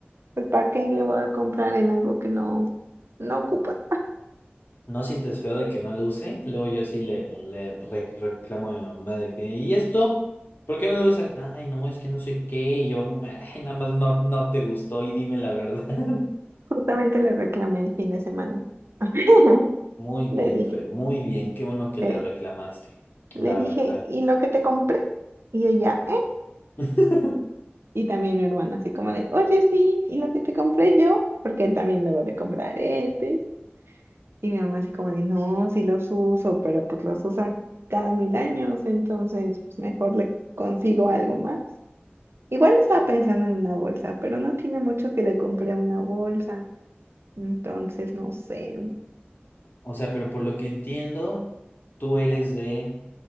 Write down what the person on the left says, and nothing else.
¿No sientes feo de que no lo use? Luego yo sí le, le re- reclamo a mi mamá de que, ¿y esto? ¿Por qué no lo usas? Ay, no, es que no sé qué. Y yo, "Ay, nada más no, no te gustó y dime la verdad. <laughs>
Muy bien,
Fer, muy bien. Qué bueno que
le reclamaste,
la
verdad.
<laughs>
O sea, pero por lo que entiendo, tú eres de